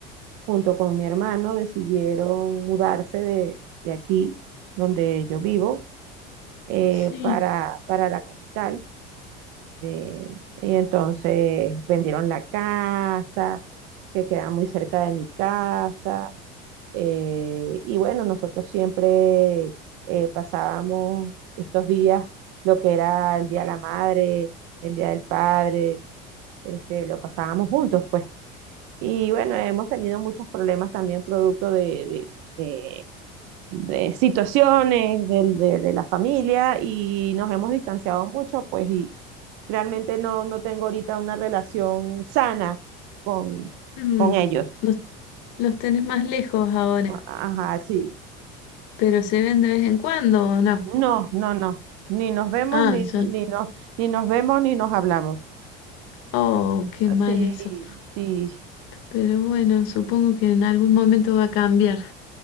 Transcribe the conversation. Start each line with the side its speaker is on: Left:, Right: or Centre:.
Right: junto con mi hermano, decidieron mudarse de, de aquí, donde yo vivo, eh,
Left: Sí.
Right: para, para la capital. de- y entonces vendieron la casa, que queda muy cerca de mi casa Eh, y bueno, nosotros siempre eh, pasábamos estos días, lo que era el Día de la Madre, el Día del Padre, este, lo pasábamos juntos, pues. Y bueno, hemos tenido muchos problemas también producto de, de- de- de situaciones del- de, de la familia y nos hemos distanciado mucho, pues, y realmente no, no tengo ahorita una relación sana con,
Left: Mm,
Right: con ellos.
Left: Los, los tenés más lejos ahora,
Right: Ajá, sí,
Left: pero se ven de vez en cuando o no.
Right: No, no, no. Ni nos vemos,
Left: Ah,
Right: ni,
Left: ya.
Right: ni nos, ni nos vemos, ni nos hablamos.
Left: Oh, qué mal
Right: Sí,
Left: eso.
Right: sí.
Left: Pero bueno, supongo que en algún momento va a cambiar.